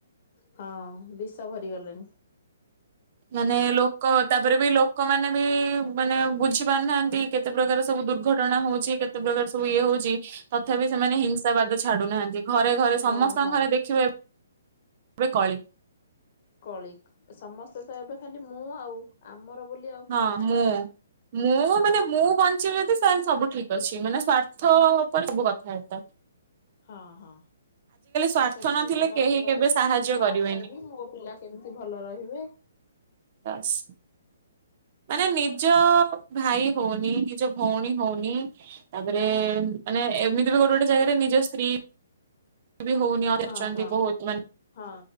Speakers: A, on the left (about 45°); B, on the right (about 45°).
A: ହଁ ବ। ସ ଭରି ଗଲେଣି
B: ମାନେ ଲୋକ ତାପରେ ବି ଲୋକମାନେ ବି ମାନେ ବୁଝି ପାରୁନାହାନ୍ତି। କେତେ ପ୍ରକାର ସବୁ ଦୁର୍ଘଟଣା ହଉଛି କେତେ ପ୍ରକାର ଇଏ ହଉଛି। ତଥାପି ସେମାନେ ହିଂସାବାଦ ଛାଡୁନାହାନ୍ତି। ଘରେ ଘରେ
A: ହଁ
B: ସମସ୍ତଙ୍କ
A: ହଁ।
B: ଘରେ ଦେଖିବ ଏବେ କଳି
A: କଳିିକ ସମସ୍ତେ ତ ଏବେ ଖାଲି ମୁଁ ଆଉ ଆମର ବୋଲି ଆଉ କିଛି
B: ହଁ
A: ନାହିଁ।
B: ମୁଁ ମୁଁ ମାନେ ମୁଁ ବଞ୍ଚିବି ଯଦି ସ ସବୁ ଠିକ ଅଛି ମାନେ ସ୍ଵାର୍ଥ ଉପରେ ସବୁ କଥା ହେତା
A: ହଁ ହଁ
B: ସ୍ଵାର୍ଥ
A: ମୁଁ କେମିତି
B: ନଥିଲେ
A: ଭଲ
B: କେହି
A: ରହିବି
B: କେବେ ସାହାଯ୍ୟ
A: ମୁଁ କଣ
B: କରିବେନି
A: ଖାଇବି ମୋ ପିଲା କେମିତି ଭଲ ରହିବେ?
B: ବାସ୍। ମାନେ ନିଜ ଭାଇ ହଉନି ନିଜ ଭଉଣୀ ହଉନି ତାପରେ ମାନେ ଏମିତି ବି ଗୋଟେ ଗୋଟେ ଜାଗାରେ ନିଜ ସ୍ତ୍ରୀ ବି ହଉନିଆ
A: ହଁ
B: ଖର୍ଚ୍ଚାନ୍ତି
A: ହଁ
B: ବହୁତ ମ
A: ହଁ।